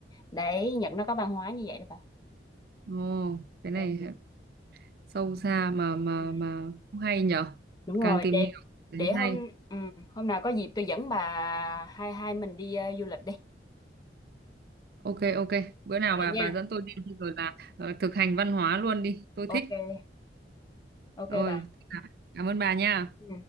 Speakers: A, on the left; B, on the right.
A: đấy Nhật nó có văn hóa như vậy đó bà
B: Ồ, cái
A: Ồ,
B: này sâu xa mà mà
A: ừ,
B: mà cũng hay nhở
A: đúng
B: càng
A: rồi
B: tìm
A: để
B: hiểu thấy
A: để hôm
B: hay
A: ừ, hôm nào có dịp tôi dẫn bà hai hai mình đi ờ, du lịch đi
B: ok ok bữa nào
A: vậy
B: bà
A: nha
B: bà dẫn tôi đi đi rồi là ờ, thực hành văn hóa luôn đi tôi
A: ok
B: thích
A: ok
B: rồi
A: bà
B: cảm ơn bà nha
A: Ừ.